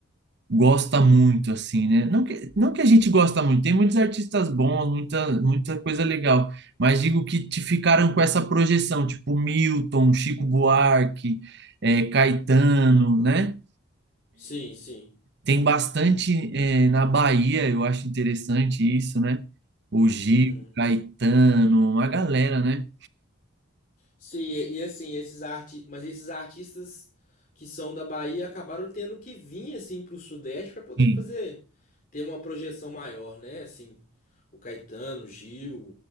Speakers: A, on the right; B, on the left.
A: gosta muito, assim, né? Não que, não que a gente gosta muito, tem muitos artistas bons, muita, muita coisa legal, mas digo que te ficaram com essa projeção, tipo Milton, Chico Buarque, é, Caetano, né?
B: Sim, sim.
A: Tem bastante eh, na Bahia, eu acho interessante isso, né? O Gil,
B: Uhum.
A: Caetano, uma galera, né?
B: Sim, e, e assim, esses arti... mas esses artistas que são da Bahia acabaram tendo que vir assim pro Sudeste para poder
A: Sim.
B: fazer ter uma projeção maior, né? Assim, o Caetano, o Gil,